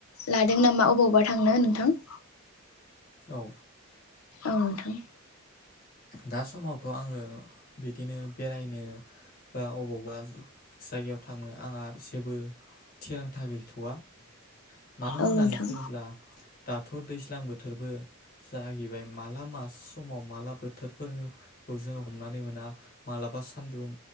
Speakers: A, on the left; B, on the left.
A: लादों नामा अबावबा थांनो नोंथां
B: औ।
A: औ नोंथां।
B: दा समावथ' आङो बिदिनो बेरायनो बा अबावबा जायगायाव थांनो आंहा जेबो थिरांथा गैथ'वा। मानो
A: औ
B: होननानै
A: नोंथां
B: बुङोब्ला दाथ' दैज्लां बोथ बोथोरबो जाहैबाय माला मा समाव माला बोथोरफोरखौ जों हमनानै मोना मालाबा सान्दुं